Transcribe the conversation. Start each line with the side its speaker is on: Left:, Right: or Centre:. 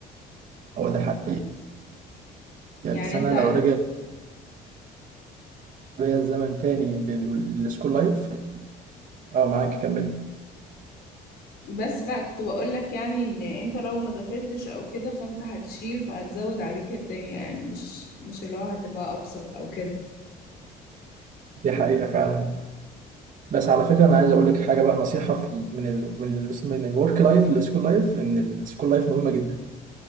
Right: هو ده حقيقي
Left: يعني
Right: بس
Left: انت
Right: أنا لو رجع بيا الزمن تاني لل- للسكول لايف أه معاك كملي
Left: بس لا كنت بقولك يعني ان انت لو ما ذاكرتش او كده فانت هتشيل فهتزود عليك الدنيا يعني مش مش اللي هو هتبقى ابسط او كده
Right: دي حقيقة فعلا بس على فكره انا عايز اقول لك حاجه بقى نصيحه في ال- من ال من ال من الورك لايف للسكول لايف ان السكول لايف مهمه جدا